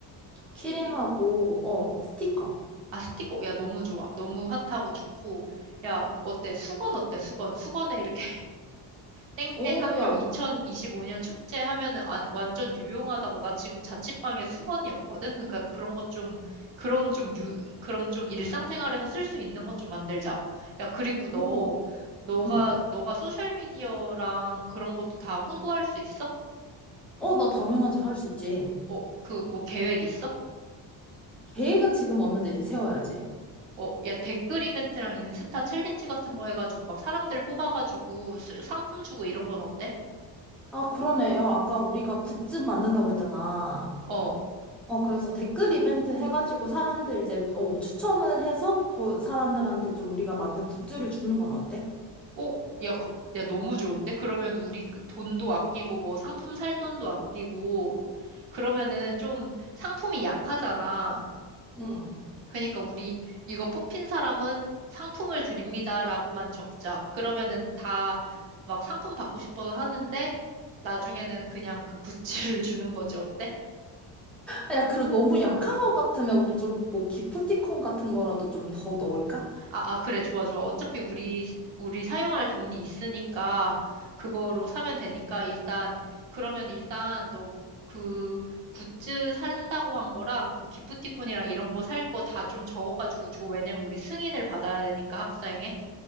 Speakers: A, on the right (about 75°); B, in the centre.
A: 키링.
B: 키링하고, 어, 스티커.
A: 아, 스티커. 야, 너무 좋아. 너무 핫하고 좋고. 야, 어때? 수건 어때? 수건. 수건에 이렇게 땡땡
B: 오,
A: 학교
B: 야,
A: 2025년 축제 하면은 아- 완전 유용하다고 나 지금 자취방에 수건이었거든. 그러니까 그런 것 좀, 그런 좀 유, 그런 좀 일상생활에서 쓸 수 있는 것 좀 만들자. 야, 그리고 너,
B: 오,
A: 너가,
B: 응.
A: 너가 소셜미디어랑 그런 것도 다 홍보할 수 있어?
B: 어, 나 당연하지. 할 수 있지.
A: 어, 그 뭐 계획 있어?
B: 계획은 지금 없는데 이제 세워야지.
A: 어, 야, 댓글 이벤트랑 인스타 챌린지 같은 거 해가지고 막 사람들 뽑아가지고 수- 상품 주고 이런 건 어때?
B: 아, 그러네. 야, 아까 우리가 굿즈 만든다고 했잖아.
A: 어,
B: 어, 그래서 댓글 이벤트 해가지고 사람들 이제, 어, 추첨을 해서 그 사람들한테 좀 우리가 만든 굿즈를 주는 건 어때?
A: 어, 야, 그, 야, 너무 좋은데? 그러면 우리 그 돈도 아끼고, 뭐 상품 살 돈도 아끼고, 그러면은 좀 상품이 약하잖아.
B: 응.
A: 그러니까 우리 이거 뽑힌 사람은 상품을 드립니다라고만 적자. 그러면은 다 막 상품 받고 싶어서 하는데, 나중에는 그냥 그 굿즈를 <laughs> 주는 거지. 어때?
B: 아, 야, 그리고 너무 약한 것 같으면 우리 좀 뭐 기프티콘 같은 거라도 좀 더 넣을까?
A: 아, 아, 그래, 좋아, 좋아. 어차피 우리, 우리 사용할 돈이 있으니까, 그거로 사면 되니까, 일단, 그러면 일단, 너 그 굿즈 산다고 한 거랑, 그 기프티콘이랑 이런 거 살 거 다 좀 적어가지고 줘. 왜냐면 우리 승인을 받아야 되니까, 학사행에.